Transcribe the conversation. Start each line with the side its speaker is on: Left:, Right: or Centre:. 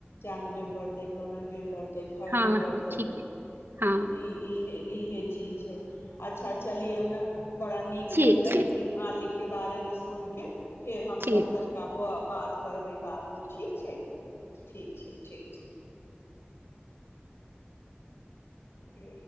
Left: जानबे करतै कमेबे करतै खयबे
Right: हँ
Left: करतै
Right: हँ ठीके
Left: इ‌
Right: हँ
Left: इ इहे चीज हइ अच्छा चलियौ न बड़ा नीक
Right: ठीक
Left: लगलै
Right: छै
Left: की मालिक के बारेमे सुनिके फेर हमसभ
Right: ठीक
Left: तनिका बप बात करबै बादमे ठीक छै ठीक छै ठीक छै जे